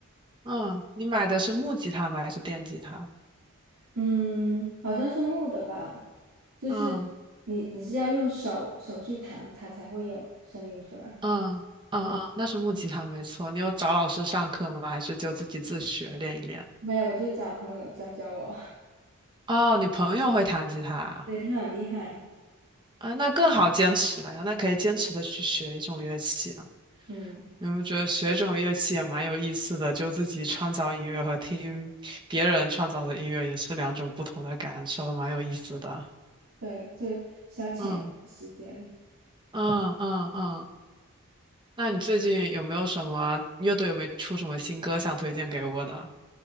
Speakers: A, on the right (about 20°); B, on the right (about 80°).
A: 嗯，你买的是木吉他吗？还是电吉他？
B: 嗯，好像是木的吧，就是
A: 嗯
B: 你你是要用手手去弹，它才会有声音出来。
A: 嗯嗯嗯，那是木吉他没错。你有找老师上课吗？还是就自己自学练一练？
B: 没有，我就找朋友教教我，
A: 哦，你朋友会弹吉他啊？
B: <laughs> 对，他很厉害。
A: 啊，那更好坚持了呀，那可以坚持的去学一种乐器啊。
B: 嗯，
A: 然我觉得学一种乐器也蛮有意思的，就自己创造音乐和听别人创造的音乐也是两种不同的感受，蛮有意思的。
B: 对，就消遣一下时间。
A: 嗯嗯嗯嗯，那你最近有没有什么乐队有没有出什么新歌想推荐给我的？